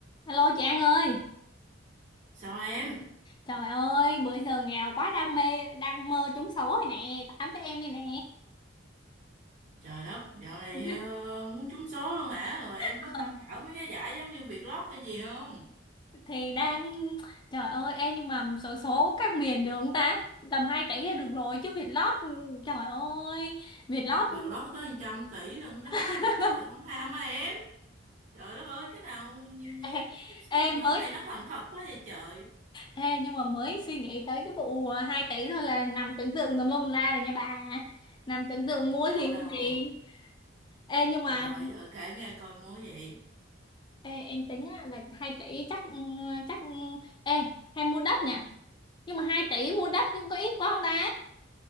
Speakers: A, on the left; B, on the right.
A: Alo chị An ơi
B: Sao em?
A: Trời ơi bữa giờ nghèo quá đang mê đang mơ trúng số rồi nè tám với em đây nè
B: Trời đất, dạo
A: <laughs>
B: này ờ, muốn trúng số luôn hả? Rồi em
A: Ờ,
B: có tham khảo mấy cái giải giống như Vietlott hay gì không?
A: thì đang trời ơi em nhưng mà số số các miền được không ta tầm 2 tỷ là được rồi chứ Vietlott trời ơi Vietlott
B: Vietlott có tới 100 tỷ lận đó.
A: <laughs>
B: Trời ơi, không ham á em. Trời đất ơi, cái nào nhiều nhiều
A: Ê,
B: chứ sao
A: em
B: nhỏ
A: mới
B: này nó thành thật quá vậy trời.
A: ê, nhưng mà mới suy nghĩ tới cái vụ 2 tỷ thôi là nằm tưởng tượng tùm lum la rồi nha bà nằm tưởng tượng mua
B: Đâu
A: gì
B: đâu.
A: mua gì ê nhưng mà
B: Rồi giờ kể nghe coi múa vậy.
A: Ê, em tính á, là hai tỷ chắc ừ, chắc ừ, ê hay mua đất nhỉ nhưng mà hai tỷ mua đất nhưng có ít quá không ta